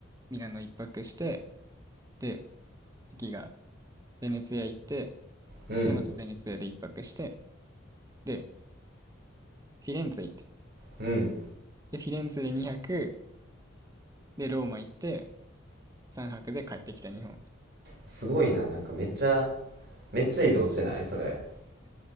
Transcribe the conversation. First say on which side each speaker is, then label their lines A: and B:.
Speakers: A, on the right; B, on the right.
A: ミラノ一泊して、で、次がベネツィア行って、
B: うん、
A: で、またベネツィアで一泊して、で、フィレンツェ行って、
B: うん。
A: で、フィレンツェで2泊、で、ローマ行って、3泊で帰ってきた日本。
B: すごいな、なんかめっちゃ、めっちゃ移動してないそれ。